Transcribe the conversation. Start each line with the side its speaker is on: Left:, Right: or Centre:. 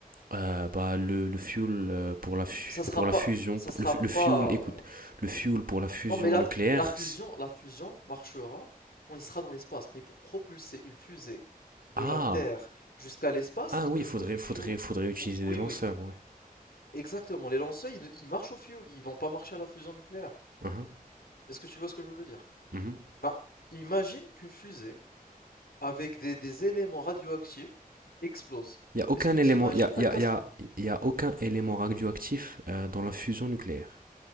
Right: Euh, bah, le, le fuel euh, pour la, fu-
Left: Ça sera
Right: pour
Left: pas
Right: la fusion,
Left: ça sera
Right: le,
Left: pas,
Right: le fuel, écoute,
Left: heu,
Right: le fuel pour la fusion
Left: non mais la
Right: nucléaire,
Left: la fusion
Right: c'est-
Left: la fusion marchera quand il sera dans l'espace, mais pour propulser une fusée de
Right: ah,
Left: la Terre jusqu'à l'espace,
Right: ah
Left: il
Right: oui,
Left: te
Right: faudrait,
Left: faut du
Right: faudrait,
Left: fuel.
Right: faudrait utiliser
Left: Ou oui,
Right: des lanceurs,
Left: oui,
Right: ouais.
Left: exactement, les lanceurs, ils ne ils marchent au fuel, ils vont pas marcher à la fusion nucléaire.
Right: Mhm,
Left: Est-ce que tu vois ce que je veux dire?
Right: mhm.
Left: Ben, imagine qu'une fusée avec des des éléments radioactifs explose.
Right: Il n'y a aucun
Left: Est-ce que tu
Right: élément,
Left: imagines
Right: il y a,
Left: la
Right: il y
Left: catastrophe?
Right: a- il y a- y a aucun élément radioactif euh, dans la fusion nucléaire.